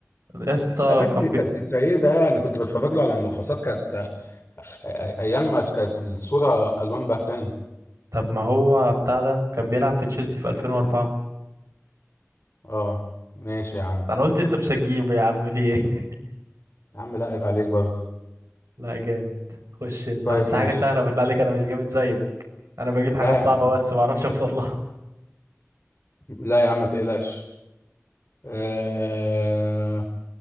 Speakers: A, on the right; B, on the left.
A: يا اسطى
B: انا فاكر
A: كان
B: دي
A: بي...
B: دي السيد ده انا كنت بتفرج له على ملخصات كانت آه، ايام ما كانت الصوره الوان بهتانه
A: طب ما هو بتاع ده كان بيلعب في تشيلسي في 2004
B: اه ماشي يا عم
A: انا قلت انت مش هتجيبه يا عم في ايه <laughs>
B: يا عم لا عيب عليك برضه
A: لا جامد خش انت
B: طيب
A: بس
B: ماشي
A: حاجه سهله بالله عليك انا مش جامد زيك انا بجيب
B: لا
A: حاجات
B: يا
A: صعبه
B: عم
A: بس ما اعرفش اوصل لها
B: لا يا عم ما تقلقش آه...